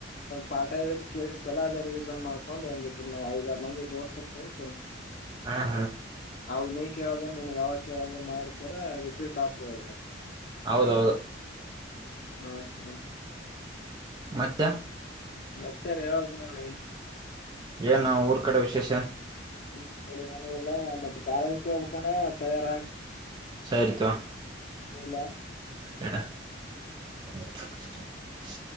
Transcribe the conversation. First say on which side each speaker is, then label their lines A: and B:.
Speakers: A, on the left; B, on the right.
A: ಪಾಠ ಹೇಳದ ಕೇಳಿರ್ತಲ್ಲ ಅದ ಮಾಡ್ಕೊಂಡ್ ಒಂದಿ ಐದಾರು ಮಂದಿ ದೋಸ್ತರ್ ಕುಂತು <unintelligible>
B: ಹಾ
A: ಅವ ನೀ ಕೇಳದ ನನ್ಗ್ ಅವಾಗ ಕೇಳದ ಮಾಡ್ಕರ ರಿಪೀಟ್ ಆಗ್ತದ
B: ಹೌದೌದು
A: ಹಾ ಹ್ಮ್
B: ಮತ್
A: ಮತ್ತೆ ರ ಯಾವಾಗ ನೋಡಿ
B: ಏನ್ ಊರ್ ಕಡೆ ವಿಶೇಷ
A: ನಿಮ್ಮ ಕಡೆ ಎನೀಲ್ಲಾ ಮತ್ತೆ ಕಾಲೇಜ್ ಹೋಗಬೇಕಾನ ತಯಾರಾಗ
B: ಸರಿತು
A: ಇಲ್ಲಾ
B: <unintelligible>